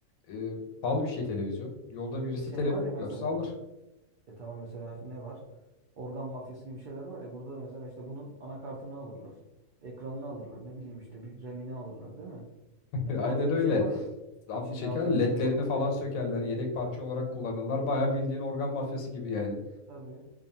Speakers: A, on the left; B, on the right.
A: e, pahalı bir şey televizyon. Yolda birisi
B: E şey
A: televizyon
B: var ya mesela
A: görse alır.
B: e tamam mesela ne var? Organ mafyası gibi şeyler var ya burada da mesela işte bunun anakartını alırlar. Ekranını alırlar. Ne bileyim işte bir Remini alırlar değil mi?
A: <laughs>
B: Yani
A: Aynen
B: alacak
A: öyle.
B: bir şey vardır.
A: Zam
B: İçinde
A: çeker
B: alacak
A: ledlerini
B: bir şey vardır
A: falan
B: yani.
A: sökerler. Yedek parça olarak
B: Tabii
A: kullanırlar. Bayağı bildiğin organ mafyası gibi yani.
B: tabii.